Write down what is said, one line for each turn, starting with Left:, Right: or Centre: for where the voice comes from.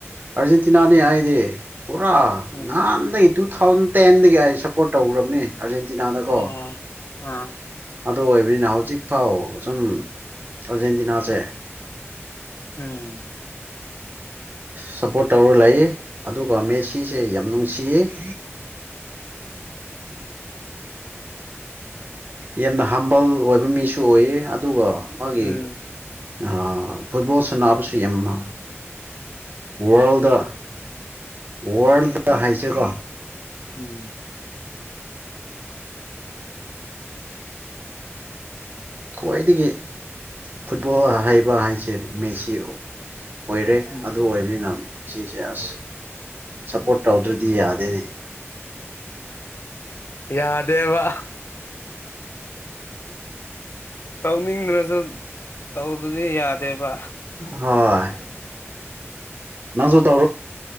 Right: ꯑꯥꯔꯖꯦꯟꯇꯤꯅꯥꯅꯤ ꯍꯥꯏꯗꯤ ꯄꯨꯔꯥ
Left: ꯎꯝ
Right: ꯅꯍꯥꯟꯗꯒꯤ ꯇꯨ ꯇꯨ ꯊꯥꯎꯖꯟ ꯇꯦꯟꯗꯒꯤ ꯑꯩ ꯁꯞꯄꯣꯔꯠ ꯇꯧꯈ꯭ꯔꯕꯅꯤ ꯑꯥꯔꯖꯦꯟꯇꯤꯅꯥꯗꯀꯣ
Left: ꯑꯣ ꯑꯥ
Right: ꯑꯗꯨ ꯑꯣꯏꯕꯅꯤꯅ ꯍꯧꯖꯤꯛꯐꯥꯎ ꯑ ꯁꯨꯝ ꯑꯥꯔꯖꯦꯟꯇꯤꯅꯥꯁꯦ
Left: ꯎꯝ
Right: ꯁꯞꯄꯣꯔꯠ ꯇꯧꯔ ꯂꯩ ꯑꯗꯨꯒ ꯃꯦꯁꯤꯁꯦ ꯌꯥꯝ ꯅꯨꯡꯁꯤꯌꯦ ꯎꯝ ꯌꯥꯝꯅ ꯍꯥꯝꯕꯜ ꯑꯣꯏꯕ ꯃꯤꯁꯨ ꯑꯣꯏꯌꯦ ꯑꯗꯨꯒ ꯃꯥꯒꯤ
Left: ꯎꯝ
Right: ꯑ ꯐꯨꯠꯕꯣꯜ ꯁ ꯅꯥꯕꯁꯨ ꯌꯥꯝꯃ ꯋꯥꯔꯜꯗ ꯋꯥꯔꯜꯗ ꯍꯥꯏꯁꯦꯀꯣ
Left: ꯎꯝ
Right: ꯈ꯭ꯋꯥꯏꯗꯒꯤ ꯐꯨꯠꯕꯣꯜ ꯍꯩꯕ ꯍꯥꯏꯁꯦ ꯃꯦꯁꯤ ꯑꯣꯏꯔꯦ
Left: ꯎꯝ
Right: ꯑꯗꯨ ꯑꯣꯏꯕꯅꯤꯅ ꯁꯤꯁꯦ ꯑꯁ ꯁꯞꯄꯣꯔꯠ ꯇꯧꯗ꯭ꯔꯗꯤ ꯌꯥꯗꯦꯅꯦ
Left: ꯌꯥꯗꯦꯕ ꯇꯧꯅꯤꯡꯗ꯭ꯔꯁꯨ ꯇꯧꯗꯗꯤ ꯌꯥꯗꯦꯕ
Right: ꯍꯣꯏ ꯅꯪꯁꯨ ꯇ